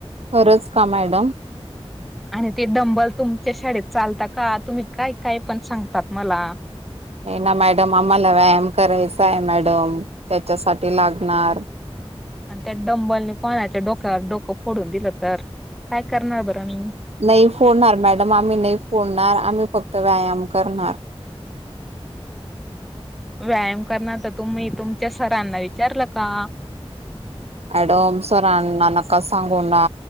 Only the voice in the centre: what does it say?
आणि ते डंबल तुमच्या शाळेत चालता का? तुम्ही काय काय पण सांगतात मला.
आणि त्या डंबलने कोणाच्या डोक्यावर डोकं फोडून दिलं तर काय करणार बरं मी.
व्यायाम करणार तर तुम्ही तुमच्या सरांना विचारलं का?